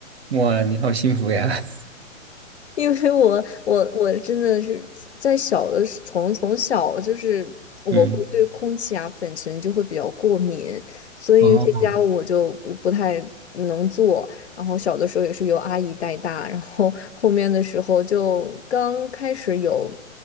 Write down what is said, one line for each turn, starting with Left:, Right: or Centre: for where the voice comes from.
Right: 哇，你好幸福呀！
Left: 因为我我我真的是在小的时从从小就是我会对空气啊粉尘就会比较过敏，
Right: <laughs> 嗯，
Left: 所以有些家务我就不太能做。
Right: 哦，
Left: 然后小的时候也是由阿姨带大，然后后面的时候就刚开始有